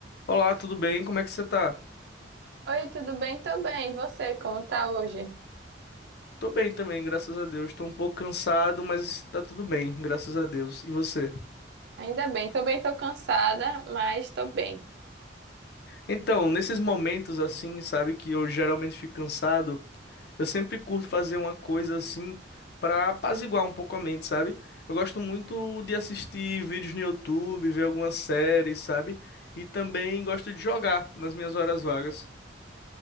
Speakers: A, on the left (about 60°); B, on the right (about 65°).
A: Olá, tudo bem? Como é que você tá?
B: Oi, tudo bem? Tô bem. E você, como tá hoje?
A: Tô bem também, graças a Deus. Tô um pouco cansado, mas tá tudo bem, graças a Deus. E você?
B: Ainda bem. Tô bem, tô cansada, mas tô bem.
A: Então, nesses momentos assim, sabe, que eu geralmente fico cansado, eu sempre curto fazer uma coisa assim pra apaziguar um pouco a mente, sabe? Eu gosto muito de assistir vídeos no YouTube, ver algumas séries, sabe? E também gosto de jogar nas minhas horas vagas.